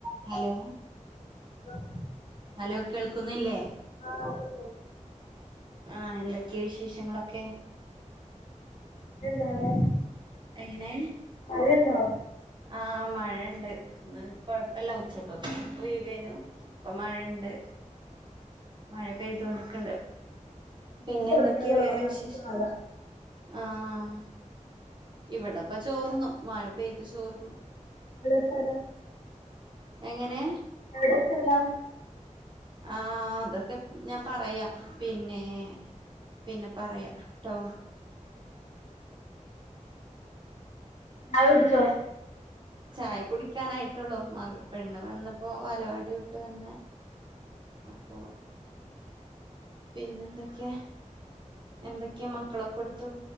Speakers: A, on the right; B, on the left.
A: Hello
B: <unintelligible>
A: hello കേൾക്കുന്നില്ലേ
B: <unintelligible>
A: ആഹ് എന്തൊക്കെ വിശേഷങ്ങളൊക്കെ
B: ജ്ജ് ണ്ടവടെ
A: എങ്ങനെ
B: മഴണ്ടോ
A: ആഹ് മഴണ്ട് ഇന്ന് കൊഴപ്പല്ല ഉച്ചക്കൊക്കെ ഒയിവേനു ഇപ്പൊ മഴണ്ട് മഴ പെയ്തോണ്ടിക്ക്‌ണ്ട് പിന്നെ
B: ഇപ്പൊ തുടങ്ങിയതേയുള്ളൂ
A: എന്തൊക്കെയാ വേറെ
B: നല്ല
A: വിശേഷം?
B: മഴ
A: ആഹ് ഇവിടെപ്പ ചോർന്നു മഴ പെയ്ത് ചോർന്നു
B: എവിടെ സ്ഥലം
A: എങ്ങനെ
B: എവിടെ സ്ഥലം
A: ആഹ് അതൊക്കെ ഞാൻ പറയാ പിന്നെ പിന്നെ പറയാ ട്ടോ
B: ചായൊടിച്ചോ
A: ചായ കുടിക്കാനായിട്ടുള്ളൂ മക പെണ്ണ് വന്ന്പ്പോ വാലവാടി വിട്ട് വന്ന് അപ്പൊ പിന്നെന്തൊക്കെ എന്തൊക്കെയാ മക്കളൊക്കെ എടുത്തു